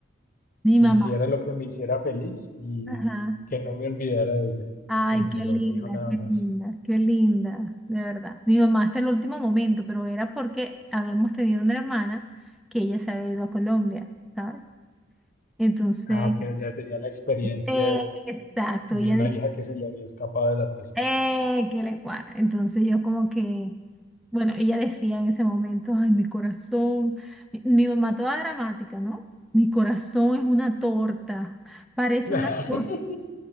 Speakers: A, in the centre; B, on the left.
A: Mi
B: que
A: mamá.
B: hiciera lo que me hiciera feliz y
A: Ajá.
B: que no me olvidara de ella. Y
A: Ay,
B: punto,
A: qué linda,
B: no me dijo nada
A: qué
B: más.
A: linda, qué linda, de verdad. Mi mamá hasta el último momento, pero era porque habíamos tenido una hermana que ella se había ido a Colombia, ¿sabes? Entonces,
B: Ah, ok, ya tenía la experiencia
A: eh, exacto,
B: de
A: ella
B: una
A: decía,
B: hija que se le había escapado de la casa.
A: eh, que le cuadra. Entonces yo como que, bueno, ella decía en ese momento, ay, mi corazón, mi, mi mamá toda dramática, ¿no? Mi corazón es una torta, parece
B: <laughs>
A: una torta